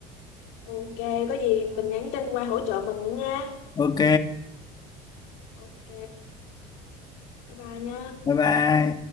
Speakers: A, on the left (about 90°); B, on the left (about 25°).
A: Ok, có gì mình nhắn tin qua hỗ trợ mình nữa nha.
B: ok
A: Ok, bye bye nha.
B: bye bye